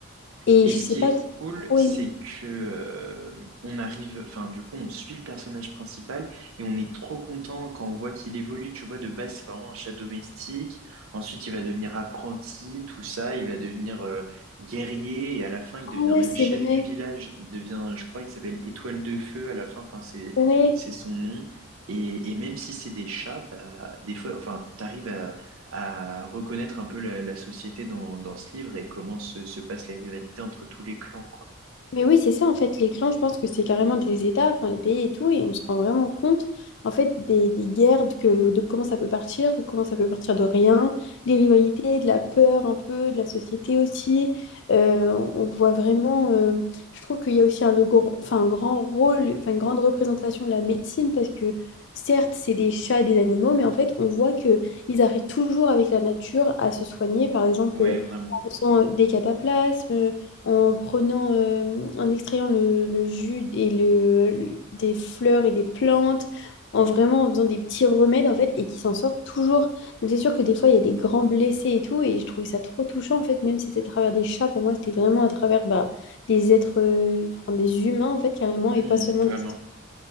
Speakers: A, on the left (about 55°); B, on the right (about 75°).
A: Et
B: Et
A: je
B: ce
A: sais
B: qui
A: pas,
B: est
A: j'ai
B: cool,
A: trop
B: c'est
A: aimé.
B: que euh, on arrive, enfin du coup, on suit le personnage principal et on est trop content quand on voit qu'il évolue. Tu vois, de base, c'est vraiment un chat domestique. Ensuite, il va devenir apprenti, tout ça. Il va devenir euh, guerrier et à la fin, il
A: Ah
B: devient
A: ouais,
B: même
A: c'est
B: chef
A: vrai.
B: du village. Il devient, je crois, il s'appelle Étoile de Feu à la fin. Enfin, c'est
A: Ouais.
B: c'est son nom. Et, et même si c'est des chats, bah, des fois, enfin, t'arrives à reconnaître un peu la, la société dans, dans ce livre et comment se, se passent les rivalités entre tous les clans, quoi.
A: Mais oui, c'est ça en fait, les clans, je pense que c'est carrément des États, enfin les pays et tout, et on se rend vraiment compte en fait des, des guerres, de, que, de comment ça peut partir, de comment ça peut partir de rien, des rivalités, de la peur un peu, de la société aussi. Euh, on voit vraiment, euh, je trouve qu'il y a aussi un, le gros- enfin, un grand rôle, enfin une grande représentation de la médecine, parce que certes, c'est des chats et des animaux, mais en fait, on voit que ils arrivent toujours avec la nature à se soigner, par exemple,
B: Ouais, vraiment.
A: en faisant des cataplasmes en prenant, euh, en extrayant le, le jus et le, le- des fleurs et des plantes, en vraiment en faisant des petits remèdes en fait, et qui s'en sortent toujours. Donc c'est sûr que des fois il y a des grands blessés et tout, et je trouvais ça trop touchant en fait, même si c'était à travers des chats, pour moi c'était vraiment à travers bah, des êtres, euh, enfin, des humains en fait carrément,
B: Hmm,
A: et pas seulement
B: vraiment.
A: des...